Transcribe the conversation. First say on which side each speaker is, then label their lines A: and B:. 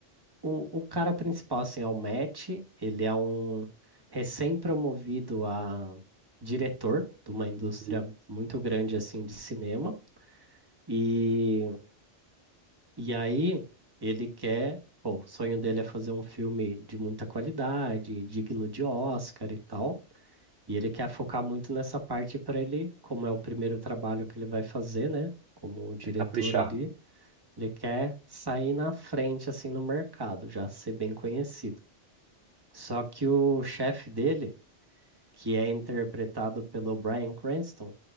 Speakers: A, on the right; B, on the right.
A: O, o cara principal, assim, é o Matt, ele é um recém-promovido a diretor de uma indústria
B: Hum,
A: muito grande, assim, de cinema. E, e aí ele quer, pô, o sonho dele é fazer um filme de muita qualidade, digno de Oscar e tal. E ele quer focar muito nessa parte para ele, como é o primeiro trabalho que ele vai fazer, né? Como diretor
B: é caprichar.
A: ali, ele quer sair na frente, assim, no mercado, já ser bem conhecido. Só que o chefe dele, que é interpretado pelo Bryan Cranston,